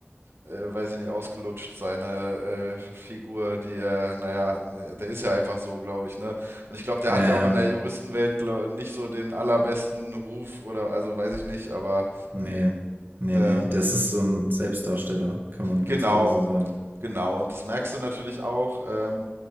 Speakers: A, on the right (about 80°); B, on the right (about 55°).
A: weiß ich nicht, ausgelutscht, seine äh, Figur, die er, naja, der ist ja einfach so, glaube ich, ne? Und ich glaube, der
B: Ja,
A: hat
B: ja.
A: ja auch in der Juristenwelt glaub, nicht so den allerbesten Ruf oder, also weiß ich nicht, aber
B: nee nee
A: ähm,
B: nee Das ist so ein Selbstdarsteller, kann man
A: genau,
B: ganz klar so sagen.
A: genau. Und das merkst du natürlich auch. Ähm,